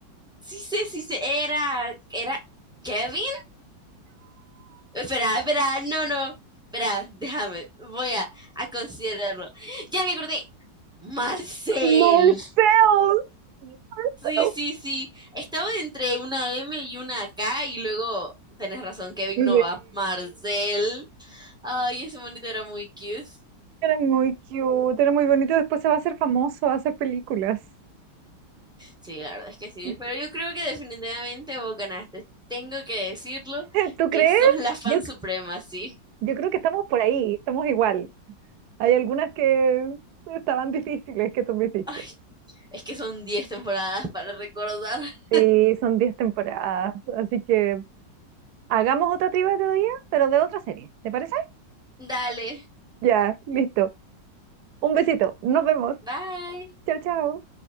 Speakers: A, in the centre; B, on the right.
A: sí sé, sí sé, era, era Kevin. Espera, espera, no, no, espera, déjame, voy a, a considerarlo. Ya me acordé, Marcel.
B: Morfeo. Morfeo.
A: Sí, sí, sí. Estaba entre una M y una K y luego tenés razón, Kevin
B: Sí,
A: no va. Marcel. Ay, ese monito era muy cute.
B: Era muy cute, era muy bonito. Después se va a hacer famoso, va a hacer películas.
A: Sí, la verdad es que sí.
B: <laughs>
A: Pero yo creo que definitivamente vos ganaste. Tengo que decirlo
B: ¿Tú crees?
A: que sos la fan
B: Yo,
A: suprema, sí.
B: yo creo que estamos por ahí, estamos igual. Hay algunas que estaban difíciles que tú me hiciste.
A: Ay, es que son 10 temporadas para recordar.
B: Sí,
A: <laughs>
B: son 10 temporadas, así que hagamos otra trivia otro día, pero de otra serie, ¿te parece?
A: Dale.
B: Ya, listo. Un besito, nos vemos.
A: Bye.
B: Chao, chao.